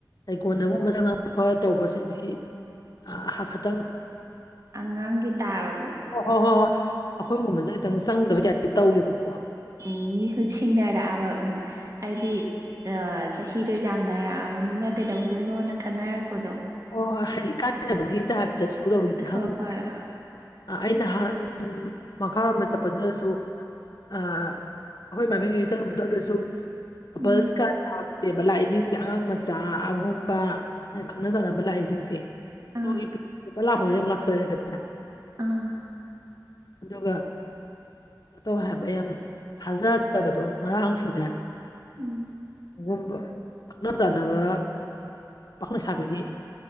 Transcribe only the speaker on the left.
ꯂꯩꯀꯣꯟꯗꯒꯨꯝꯕ ꯆꯪꯉ ꯈꯣꯠꯂ ꯇꯧꯕꯁꯤꯗꯤ ꯑ ꯍꯥ ꯈꯇꯪ
ꯍꯣ ꯍꯣꯏ ꯍꯣꯏ ꯍꯣꯏ ꯑꯩꯈꯣꯏꯒꯨꯝꯕꯖꯤꯇꯪ ꯆꯪꯗꯕꯩ ꯇꯥꯏꯞ ꯇꯧꯋꯦꯕꯀꯣ
ꯑꯣ ꯍꯣꯏ ꯍꯥꯏꯗꯤ ꯏꯀꯥꯢꯅꯕꯒꯤ ꯇꯥꯏꯞꯇꯁꯨ ꯇꯧꯔꯤꯅꯤ
ꯈꯪꯗꯦ
ꯑ ꯑꯩ ꯅꯍꯥꯟ ꯃꯈꯥꯔꯣꯝꯗ ꯆꯠꯄꯗꯨꯗꯁꯨ ꯑ ꯑꯩꯈꯣꯏ <unintelligible> ꯆꯠꯂꯨꯕꯗꯣ ꯑꯗꯁꯨ ꯀꯄꯜꯁꯀ
ꯂꯥꯛꯇꯦꯕ ꯂꯥꯛꯏꯖꯤꯡꯖꯦ ꯑꯉꯥꯡ ꯃꯆꯥꯒꯨꯝꯕ ꯈꯪꯅ ꯆꯥꯟꯅꯕ ꯂꯥꯛꯏꯖꯤꯡꯁꯦ ꯁ꯭ꯀꯨꯜꯒꯤ
ꯄꯤꯛꯅꯤꯛ ꯀꯨꯝꯕ ꯂꯥꯛꯄ <unintelligible> ꯂꯥꯛꯆꯔꯦꯗ
ꯑꯗꯨꯒ ꯀꯩꯅꯣ ꯇꯧꯋꯦ ꯍꯥꯏꯕ ꯌꯥꯝ ꯊꯥꯖꯗꯕꯗꯣ ꯉꯔꯥꯡꯁꯨꯅꯦ
ꯨ <unintelligible> ꯈꯪꯅ ꯆꯥꯟꯅꯕ ꯄꯥꯈꯪ ꯂꯩꯁꯥꯕꯤꯗꯤ